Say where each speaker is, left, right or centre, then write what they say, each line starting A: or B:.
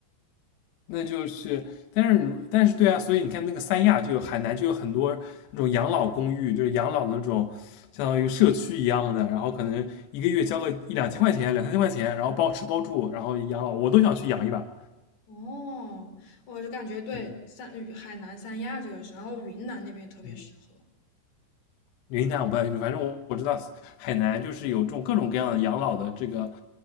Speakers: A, on the left; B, on the left.
A: 那就是，但是但是对啊，所以你看那个三亚就有海南就有很多那种养老公寓，就是养老的那种相当于社区一样的，然后可能一个月交个一两千块钱、两三千块钱，然后包吃包住，然后养老，我都想去养一把。
B: 哦，我就感觉对三呃海南三亚这个是，
A: 嗯
B: 然后云南那边也特别适合。
A: 嗯，云南我不太清楚，反正我我知道海南就是有这种各种各样的养老的这个，